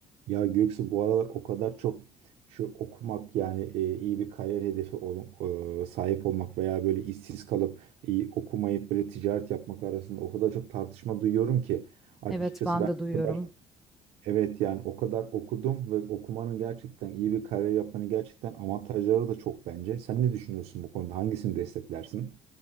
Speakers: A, on the right; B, in the centre.
A: Ya Göksu bu aralar o kadar çok şu okumak yani e, iyi bir kariyer hedefi ol- e, sahip olmak veya böyle işsiz kalıp iyi okumayıp böyle ticaret yapmak arasında o kadar çok tartışma duyuyorum ki açıkçası
B: Evet, ben
A: ben
B: de duyuyorum.
A: o kadar evet yani o kadar okudum ve okumanın gerçekten iyi bir kariyer yapmanın gerçekten avantajları da çok bence. Sen ne düşünüyorsun bu konuda? Hangisini desteklersin?